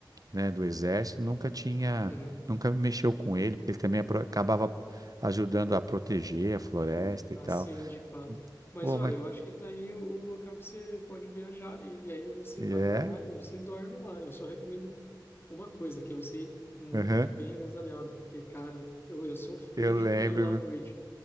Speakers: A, on the right; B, on the left.
A: né, do exército, nunca tinha,
B: Uhum.
A: nunca mexeu com ele, porque ele também apro- acabava ajudando a proteger a floresta
B: Ah,
A: e tal.
B: sim, de fato. Mas
A: Pô,
B: olha,
A: mas
B: eu acho que tá aí o o local que você pode viajar e, e aí você
A: é,
B: vai para lá e você dorme lá. Eu só recomendo uma coisa, que é você ir muito
A: aham,
B: bem agasalhado, porque, cara, eu, eu sofri
A: eu
B: de
A: lembro.
B: frio lá à noite.